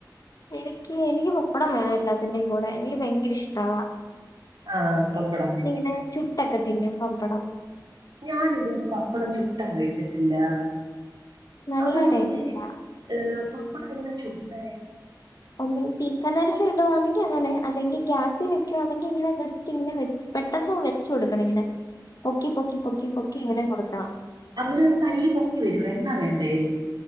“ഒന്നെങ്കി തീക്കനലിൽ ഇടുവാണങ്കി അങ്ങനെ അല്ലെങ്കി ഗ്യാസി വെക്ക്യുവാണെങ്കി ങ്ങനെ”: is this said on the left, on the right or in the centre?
Left